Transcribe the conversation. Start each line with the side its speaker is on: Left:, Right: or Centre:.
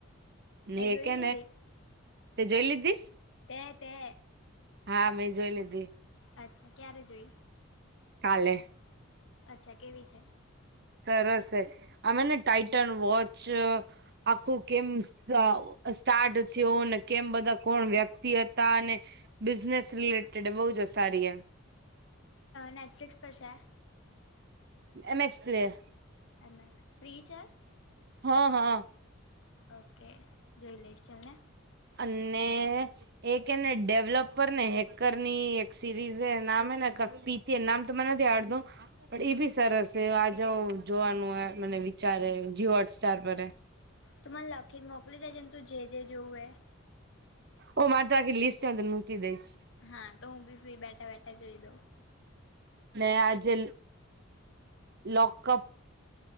Right: ને
Left: તે જોઈ
Right: કેને
Left: દીધી
Right: તે જોઈ લીધી
Left: તે તે
Right: હા મેં જોઈ લીધી
Left: અચ્છા ક્યારે જોઈ
Right: કાલે
Left: અચ્છા કેવી છે
Right: સરસ છે અમે ને ટાાઈટન વોચ આખું કેમ સ્ટાર્ટ થયો અને કેમ બધા કોણ વ્યક્તિ હતા અને બિઝનેસ રિલેટેડ બહુ જ સારી એ
Left: નેટફ્લિકસ પર છે
Right: MX player
Left: M X free છે છે
Right: હા હા
Left: ઓકે જોઈ લઈશ ચલ ને
Right: અને એક એને ડેવલપર ને હેકર ની એક સિરીઝ નામ ને પી તે એ નામ તો મ નથી દ આડ દો પણ એ
Left: હા
Right: બી સરસ છે આ જા જોવાનું હોય મને વિચારે જી હોટસ્ટાર પરે
Left: તું મને લખીને મોકલી દેજને તું જે જે જોવું હો
Right: ઓ મારે ત લિસ્ટમાંંદ મૂકી દઈશ
Left: હા તો હું બી ફ્રી બેઠા બેઠા જોઈ દઉં
Right: મે આજે લોકઅપ